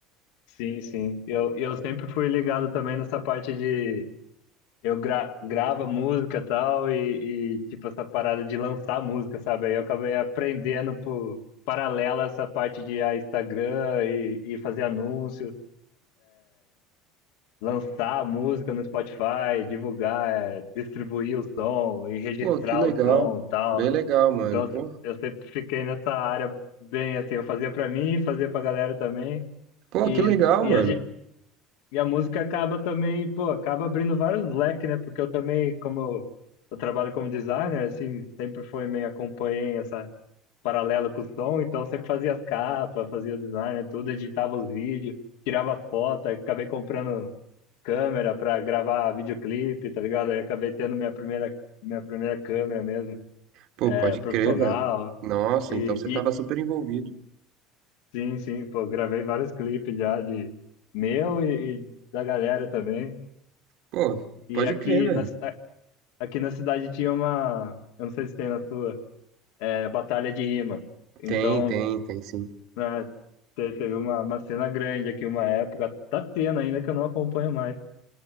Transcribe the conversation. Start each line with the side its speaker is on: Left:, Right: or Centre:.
Left: Sim, sim. Eu, eu sempre fui ligado também nessa parte de eu gra grava música e tal, e, e, tipo essa parada de lançar música, sabe? Aí eu acabei aprendendo por paralela essa parte de ah, Instagram e, e fazer anúncio, lançar música no Spotify, divulgar, eh, distribuir o som e registrar
Right: Pô, que legal.
Left: o som e tal.
Right: Bem legal, mano.
Left: Então
Right: Porra.
Left: eu sempre fiquei nessa área bem assim, eu fazia pra mim, fazia pra galera também.
Right: Pô,
Left: E,
Right: que legal,
Left: e
Right: mano.
Left: a, gen- E a música acaba também, pô, acaba abrindo vários leques, né? Porque eu também, como eu, eu trabalho como designer, assim, sempre foi meio acompanhei essa paralelo com o som, então eu sempre fazia as capas, fazia o design, né, tudo, editava os vídeos, tirava foto, aí acabei comprando câmera para gravar videoclipe, tá ligado? Aí acabei tendo minha primeira minha primeira câmera mesmo,
Right: Pô,
Left: é,
Right: pode
Left: profissional.
Right: crer, velho. Nossa,
Left: E,
Right: então você
Left: e
Right: tava super envolvido.
Left: sim, sim, pô, gravei vários clipes já de meu e, e da galera também.
Right: Pô,
Left: E
Right: pode
Left: aqui
Right: crer, velho.
Left: na, ci- Aqui na cidade tinha uma, eu não sei se tem na sua, é, batalha de rima. Então,
Right: Tem, tem, tem sim.
Left: né, te- teve uma, uma cena grande aqui, uma época, tá tendo ainda que eu não acompanho mais.